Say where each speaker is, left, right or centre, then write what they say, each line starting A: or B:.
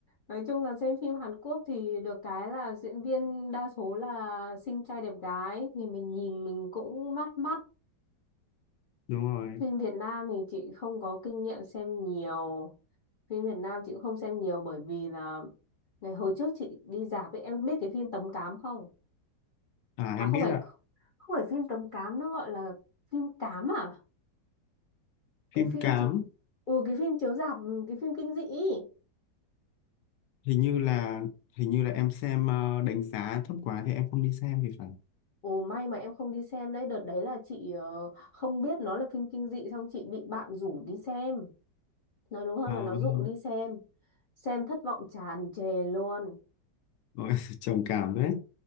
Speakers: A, on the left; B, on the left.
A: nói chung là xem phim Hàn Quốc thì được cái là diễn viên đa số là xinh trai đẹp gái thì mình nhìn mình cũng mát mắt
B: đúng rồi
A: Phim Việt Nam thì chị không có kinh nghiệm xem nhiều. Phim Việt Nam chị cũng không xem nhiều bởi vì là ngày hồi trước chị đi rạp ấy, em biết cái phim Tấm Cám không?
B: à
A: À
B: em
A: không
B: biết
A: phải
B: ạ
A: không phải phim Tấm Cám nó gọi là phim Cám à?
B: phim
A: Cái phim
B: cám
A: chiếu Ừ cái phim chiếu rạp, ừ, cái phim kinh dị ý.
B: hình như là hình như là em xem ờ, đánh giá thấp quá thì em không đi xem thì phải
A: Ồ may mà em không đi xem đấy, đợt đấy là chị ờ, không biết nó là phim kinh dị xong chị bị bạn rủ đi xem. Nói đúng hơn
B: à,
A: là nó
B: vâng
A: dụ đi xem. Xem thất vọng tràn trề luôn.
B: Ôi, <laughs> trầm cảm đấy